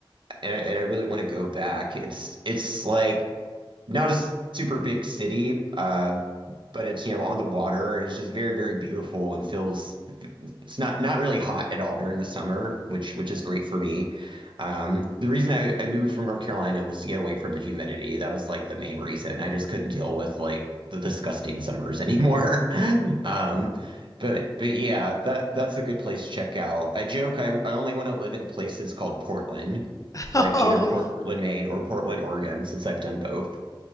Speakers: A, on the right; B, on the left.
A: and I, and I really want to go back. It's it's like not a s- super big city, uh, but it's you know on the water, and it's just very very beautiful and feels it's not not really hot at all during the summer, which which is great for me. Um, the reason I, I moved from North Carolina was to get away from the humidity. That was like the main reason. I just couldn't deal with like the disgusting summers anymore. <laughs> Um, but but yeah, that that's a good place to check out. I joke I, I only want to live in places called Portland,
B: <laughs>
A: like
B: Oh
A: either Portland,
B: y-
A: Maine or Portland, Oregon, since I've done both.